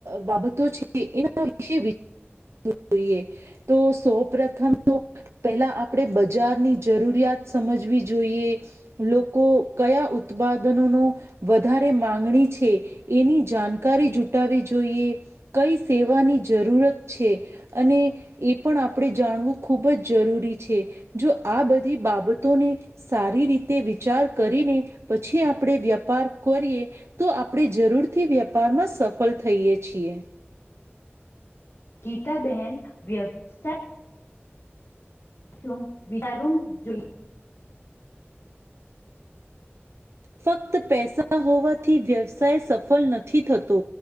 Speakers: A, on the right; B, on the left.
A: બાબતો છે એના વિશે <inaudible> જોઈએ. તો સૌ પ્રથમ તો. પહેલાં આપણે બજારની જરૂરિયાત સમજવી જોઈએ. લોકો કયા ઉત્પાદનોનો વધારે માગણી છે. એની જાણકારી જુટાવી જોઈએ કઈ સેવાની જરૂરત છે. અને. એ પણ આપણે જાણવું ખૂબ જ જરૂરી છે જો આ બધી બાબતોને. સારી રીતે વિચાર કરીને પછી આપણે વ્યાપાર કરીએ. તો આપણે જરૂરથી વેપારમાં સફળ થઈએ છીએ.
B: ગીતા બહેન વ્યવસાય <inaudible>
A: ફક્ત પૈસા હોવાથી વ્યવસાય સફળ નથી થતો.